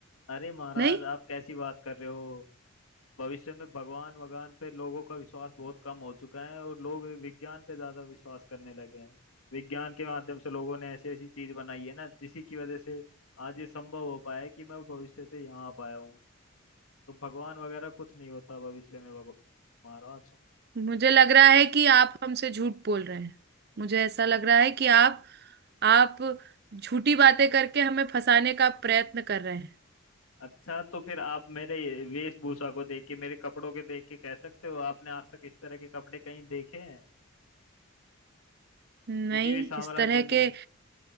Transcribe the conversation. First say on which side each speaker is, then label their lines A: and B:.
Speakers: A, on the left (about 80°); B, on the right (about 50°).
A: अरे महाराज
B: नहीं
A: आप कैसी बात कर रहे हो भविष्य में भगवान वगवान पे लोगों का विश्वास बहुत कम हो चुका है और लोग विज्ञान पे ज्यादा विश्वास करने लगे हैं विज्ञान के माध्यम से लोगों ने ऐसी ऐसी चीज बनाई है ना जिसी की वजह से आज ये संभव हो पाया है कि मैं भविष्य से यहाँ आ पाया हूँ तो भगवान वगैरह कुछ नहीं होता भविष्य में भगव- महाराज
B: मुझे लग रहा है कि आप हमसे झूठ बोल रहे हैं मुझे ऐसा लग रहा है कि आप आप झूठी बातें करके हमें फंसाने का प्रयत्न कर रहे हैं
A: अच्छा तो फिर आप मेरे वेशभूषा को देख के मेरे कपड़ों के देख के कह सकते हो आपने आज तक इस तरह के कपड़े कहीं देखे हैं
B: नहीं
A: किसी भी साम्राज्य
B: इस तरह
A: में
B: के